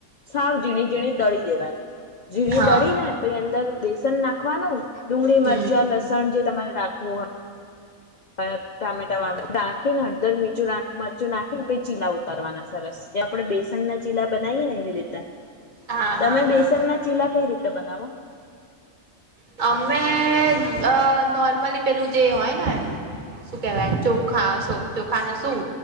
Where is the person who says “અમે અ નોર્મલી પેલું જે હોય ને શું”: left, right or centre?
Right